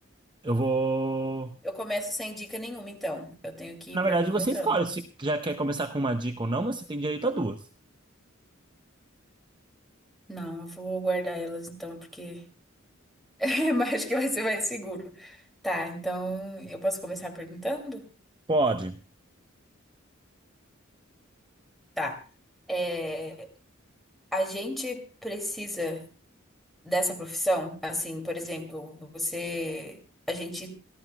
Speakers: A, on the right (about 25°); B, in the centre.
A: Eu vou.
B: Eu começo sem dica nenhuma, então. Eu tenho que
A: Na
B: ir
A: verdade,
B: perguntando.
A: você escolhe se já quer começar com uma dica ou não, mas você tem direito a duas.
B: Não, eu vou guardar elas então, porque <laughs> eu acho que vai ser mais seguro. Tá, então eu posso começar perguntando?
A: Pode.
B: Tá. É, a gente precisa dessa profissão? Assim, por exemplo, você. A gente